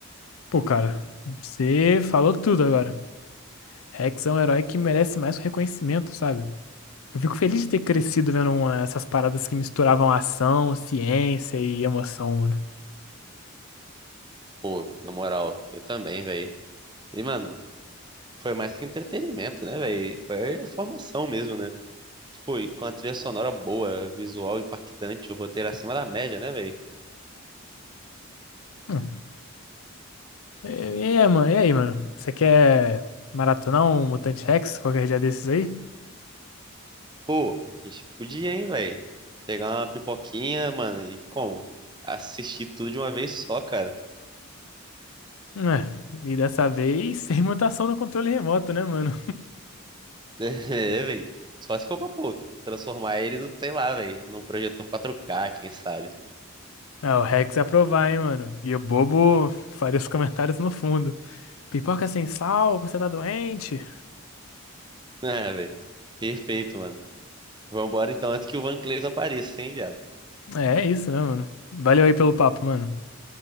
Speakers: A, on the left (about 75°); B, on the right (about 20°).
A: Pô, cara, você falou tudo agora. Rex é um herói que merece mais reconhecimento, sabe? Eu fico feliz de ter crescido vendo uma- essas paradas que misturavam ação, ciência e emoção, mano.
B: Pô, na moral, eu também, velho. E, mano, foi mais que entretenimento, né, velho? Foi a formação mesmo, né? Tipo, e com a trilha sonora boa, visual impactante, o roteiro acima da média, né, velho?
A: Hum. E, e aí, mano? E aí, mano? Você quer maratonar um Mutante Rex qualquer dia desses aí?
B: Pô, a gente podia, hein, velho? Pegar uma pipoquinha, mano, e como? Assistir tudo de uma vez só, cara.
A: É, e dessa vez <laughs> sem mutação no controle remoto, né, mano?
B: <laughs> É, velho. Só se for pra, pô, transformar ele no, sei lá, velho, num projetor 4K, quem sabe?
A: Ah, o Rex ia aprovar, hein, mano? E o bobo faria os comentários no fundo. Pipoca sem sal, você tá doente?
B: <laughs> É, velho. Perfeito, mano. Vambora então antes que o Van Cleves apareça, hein, viado?
A: É, é isso, né, mano? Valeu aí pelo papo, mano.